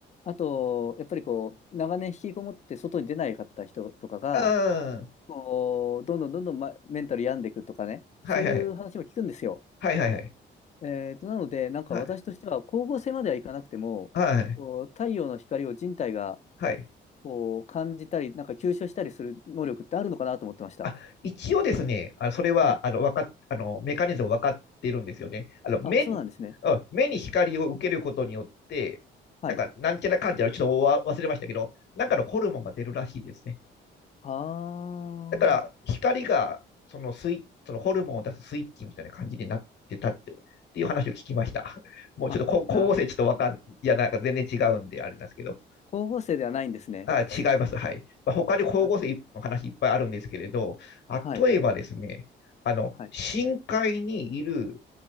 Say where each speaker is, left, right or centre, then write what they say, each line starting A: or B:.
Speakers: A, on the left; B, on the left.
A: あと、やっぱりこう、長年引きこもって外に出ないかった人とかが、
B: うん。
A: こう、どんどんどんどん、ま、メンタル病んでいくとかね、
B: はいはい。
A: そういう話も聞くんですよ。
B: はいはいはい。
A: えーと、なので、なんか私としては、
B: はい。
A: 光合成まではいかなくても、
B: はい。
A: こう、太陽の光を人体が
B: はい。
A: こう感じたり、なんか吸収したりする能力ってあるのかなと思ってました。
B: あ、一応ですね、あ、それは、
A: はい。
B: あの、わかっ、あの、メカニズム分かっているんですよね。あの、目、
A: あ、そうなんですね。
B: うん目に光を受けることによって、
A: はい。
B: なんか、なんちゃらかんちゃら、ちょっと忘れましたけど、なんかのホルモンが出るらしいですね。
A: あ
B: だから、光が、そのスイ、そのホルモンを出すスイッチみたいな感じになってたって、っていう話を聞きました。<laughs> もうちょっと、
A: あ。あ、
B: こ光合成ちょっとわかん、
A: な、
B: いや、なんか全然違うんで、あれなんですけど。
A: 光合成ではないんですね。
B: あ、違います。はい。まあ、他に光合成の話いっぱいあるんですけれど、
A: あ、はい。
B: 例えばですね、あの、
A: はい。
B: 深海にいる